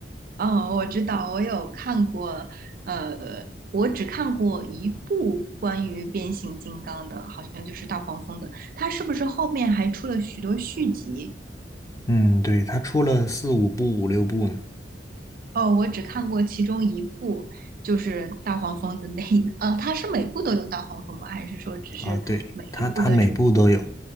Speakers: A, on the right; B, on the left.
A: 哦，我知道，我有看过，呃，我只看过一部关于变形金刚的，好像就是大黄蜂的。它是不是后面还出了许多续集？
B: 嗯，对，他出了四五部、五六部呢。
A: 哦，我只看过其中一部，就是大黄蜂的那一，呃，它是每部都有大黄蜂吗？还是说只是每一部的主？
B: 啊，对，他他每部都有。